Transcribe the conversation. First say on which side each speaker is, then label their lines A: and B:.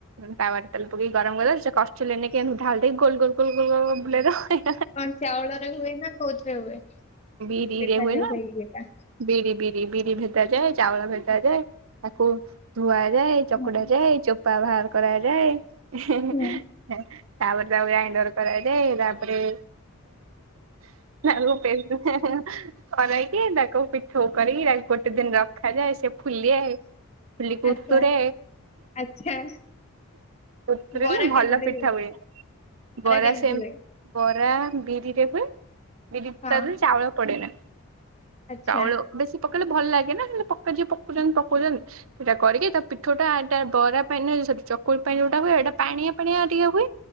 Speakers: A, on the right; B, on the left.
A: ତାୱାରେ ତେଲ ପକେଇ ଗରମ କର ସେ କଷ୍ଚୁଲି ନେଇକି ଏମିତି ଢାଲ ଦେଇ ଗୋଲ ଗୋଲ ଗୋଲ-ଲ-ଲ ଗୋଲ ବୁଲେଇ ଦବ
B: କଣ ଚାଉଳରେ ହୁଏ ନା କୋଉଥିରେ ହୁଏ?
A: ବିରିରେ
B: ପିଠା
A: ହୁଏ
B: ଯୋଉ
A: ନା
B: ସେଇ ଇଏଟା।
A: ବିରି। ବିରି ବିରି ଭେଦା ଯାଏ, ଚାଉଳ ଭେଦା ଯାଏ, ତାକୁ ଧୁଆ ଯାଏ, ଚକୁଡା
B: ହୁଁ
A: ଯାଏ, ଚୋପା ବାହାର କରାଯାଏ। <unintelligible>
B: ହୁଁ
A: ତାପରେ ତା ବ ଗ୍ରାଇଣ୍ଡର କରାଯାଏ। ତାପରେ <inaudible> କରାଇକି ତାକୁ ପିଠୋଉ କରିକି ତାକୁ ଗୋଟେ ଦିନ ରଖାଯାଏ ସେ ଫୁଲେ। ଫୁଲିକି
B: ଆଚ୍ଛା
A: ଉତୁରେ,
B: ଆଚ୍ଛା
A: ଉତୁୁରିଲେ
B: ବରା
A: ଭଲ
B: କେମିତି
A: ପିଠା ହୁଏ। ବରା
B: କେମିତି
A: ସେମ୍,
B: ହୁଏ?
A: ବରା ବିରିରେ ହୁଏ। ବିରି
B: ହଁ
A: ତାଲେ ପଡିଗଲା।
B: ଆଚ୍ଛା
A: ତଉଳ ବେଶି ପକେଇଲେ ଭଲ ଲାଗେ ନାଲେ ପକେଇ ପଉଛନ୍ତି ପଉଛନ୍ତି ସେଇଟା କରିକି ତା ପିଠଟା ବରା ପାଇଁ ସେ ଚକୁଳି ଯୋଉଟା ହୁଏ ଏଇଟା ପାଣିଆ ପାଣିଆ ଟିକେ ହୁଏ